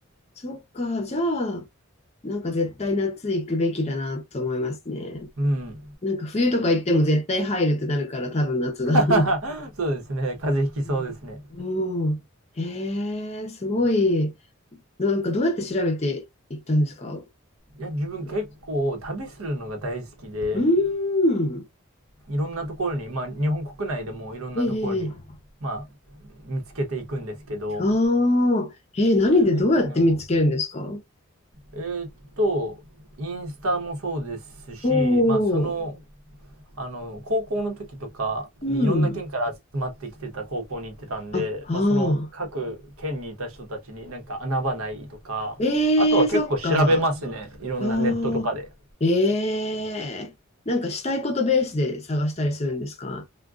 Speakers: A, on the left; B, on the right.
A: そっか。じゃあ、なんか絶対夏行くべきだなと思いますね。
B: うん。
A: なんか冬とか行っても絶対入るってなるから多分夏だ。
B: <laughs>
A: <laughs>
B: そうですね。風邪ひきそうですね。
A: うん。うんええすごい。なんかどうやって調べていったんですか
B: いや、自分結構旅するのが大好きで、
A: うーん。
B: いろんなところに、まあ日本国内でもいろんなところに、
A: ええ、ええ
B: まあ見つけていくんですけど、
A: ああ、ええ、何でどうやって見つけるんですかお
B: それで去年は。えーっと、インスタもそうですし、
A: お
B: まあそのあの、高校の時とかにいろんな県から集まってきてた高校に行ってたんで、
A: ー、うん。あ、ああ。
B: まあその各県にいた人たちになんか穴場ないとか、
A: ええ、
B: あとは結構調べますね。
A: そっか。あ
B: いろんなネットとかで。
A: あ、ええ、なんかしたいことベースで探したりするんですか